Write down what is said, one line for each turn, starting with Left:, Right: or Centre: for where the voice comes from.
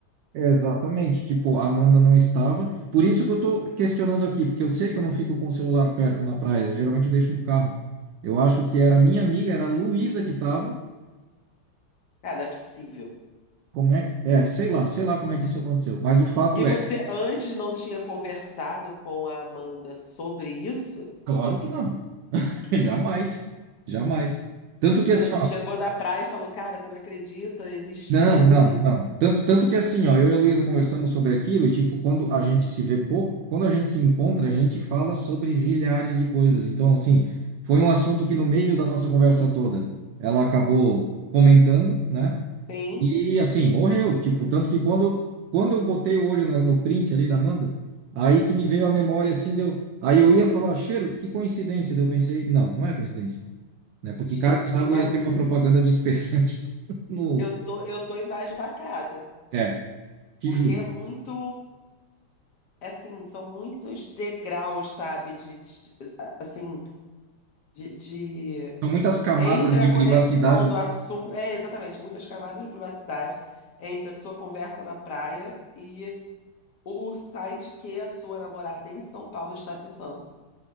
Right: Exatamente. Tipo, a Amanda não estava. Por isso que eu tô questionando aqui, porque eu sei que eu não fico com o celular perto na praia. Geralmente eu deixo no carro. Eu acho que era a minha amiga, era a Luísa que estava.
Left: Cara, não é possível.
Right: Como é que. É, sei lá, sei lá como é que isso aconteceu. Mas o fato
Left: E você
Right: é,
Left: antes não tinha conversado com a Amanda sobre isso?
Right: claro que não. <laughs> Jamais. Jamais. Tanto que
Left: Tipo
Right: assim.
Left: assim, chegou da praia e falou: Cara, você não acredita, existe
Right: Não,
Left: isso.
Right: não, não. Tanto, tanto que assim, ó, eu e a Luísa conversamos sobre aquilo e, tipo, quando a gente se vê pouco, quando a gente se encontra, a gente fala sobre zilhares de coisas. Então, assim, foi um assunto que no meio da nossa conversa toda ela acabou comentando, né?
Left: Sim.
Right: E, assim, morreu. Tipo, tanto que quando, quando eu botei o olho na- no print ali da Amanda, aí que me veio a memória, assim, deu. Aí eu ia falar, cheiro, que coincidência. Daí eu pensei, não, não é coincidência, né? Porque
Left: Gente,
Right: cargas d'água
Left: que maluquice.
Right: ia ter uma propaganda de espessante <laughs> no.
Left: Eu tô, eu tô embasbacada.
Right: é, te
Left: Porque
Right: juro.
Left: é muito, é assim, são muitos degraus, sabe? De, de- assim, de, de-
Right: São muitas camadas
Left: entre
Right: de
Left: a conexão
Right: privacidade.
Left: do assunto, é exatamente, muitas camadas de privacidade entre a sua conversa na praia e o site que a sua namorada em São Paulo está acessando.